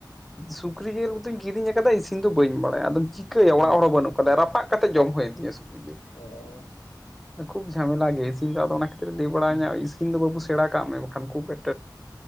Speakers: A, in the centre; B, on the left (about 75°).
A: ᱥᱩᱠᱨᱤ ᱡᱤᱞ ᱠᱚᱫᱚᱧ ᱠᱤᱨᱤᱧ ᱟᱠᱟᱫᱟ ᱤᱥᱤᱱ ᱫᱚ ᱵᱟᱹᱧ ᱵᱟᱲᱟᱭᱟ ᱟᱫᱚ ᱪᱤᱠᱟᱹᱭᱟ
B: ᱦᱩᱸ
A: ᱚᱲᱟᱜ ᱦᱚᱲ ᱦᱚᱸ ᱵᱟᱹᱱᱩᱜ ᱠᱚᱣᱟ, ᱨᱟᱯᱟᱜ ᱠᱟᱛᱮ ᱡᱚᱢ ᱦᱩᱭᱮᱱ ᱛᱤᱧᱟ ᱥᱩᱠᱨᱤ ᱡᱤᱞ ᱾
B: ᱚ ᱾
A: <inaudible> ᱠᱷᱩᱵ ᱡᱷᱟᱢᱮᱞᱟ ᱜᱮ ᱤᱥᱤᱱ ᱫᱚ ᱟᱫᱚ ᱚᱱᱟ ᱠᱷᱟᱹᱛᱤᱨ ᱞᱟᱹᱭ ᱵᱟᱲᱟᱭᱤᱧᱟᱹ
B: ᱦᱩᱸ
A: ᱤᱥᱤᱱ ᱫᱚ ᱵᱟᱵᱩ ᱥᱮᱬᱟ ᱠᱟᱜ ᱢᱮ ᱾ ᱠᱷᱩᱵ ᱮᱠᱴᱟ